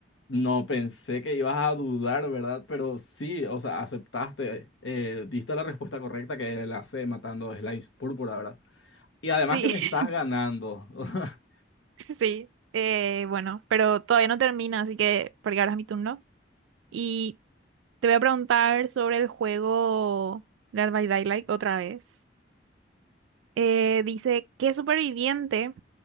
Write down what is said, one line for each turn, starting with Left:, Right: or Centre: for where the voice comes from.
Left: No pensé que ibas a dudar, ¿verdad? Pero sí, o sea, aceptaste, eh, diste la respuesta correcta que era la C, matando a Slimes Púrpura, ¿verdad? Y además
Right: Sí,
Left: que me estás ganando. <laughs>
Right: <laughs> sí. Eh, bueno, pero todavía no termina, así que porque ahora es mi turno. Y te voy a preguntar sobre el juego Dead by Daylight otra vez. Eh, dice, ¿qué superviviente